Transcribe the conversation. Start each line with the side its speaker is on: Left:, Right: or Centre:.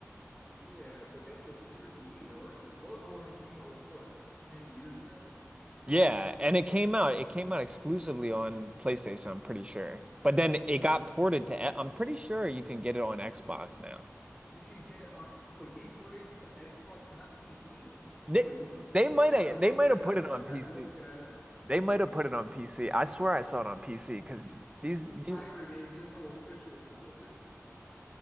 Centre: Yeah, but that's what's weird to me though, right? Because Bloodborne came out like what, 10 years ago?
Right: Yeah, and it came out it came out exclusively on PlayStation, I'm pretty sure.
Centre: Exactly.
Right: But then it got ported to E, I'm pretty sure you can get it on Xbox now.
Centre: You could get it on. Wait, they ported it to Xbox and not PC?
Right: They
Centre: Wait, hold,
Right: they might
Centre: I gotta
Right: have
Centre: look
Right: they might
Centre: that
Right: have put
Centre: up.
Right: it on
Centre: I gotta
Right: PC.
Centre: look that up.
Right: They
Centre: Hold
Right: might
Centre: on.
Right: have put it on PC. I swear I saw it on PC because these
Centre: You
Right: these
Centre: pirated. There's no official <laughs> port.